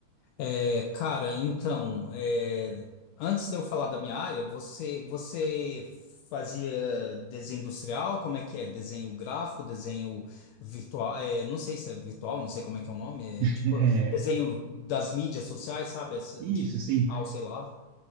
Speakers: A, on the left (about 80°); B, on the right (about 75°).
A: É, cara, então, é, antes de eu falar da minha área, você, você fazia desenho industrial? Como é que é? Desenho gráfico, desenho virtual? é, não sei se é virtual, não sei como é que é o nome.
B: <laughs>
A: é, tipo,
B: É,
A: desenho das mídias sociais, sabe? Essa,
B: isso,
A: digital,
B: sim.
A: sei lá.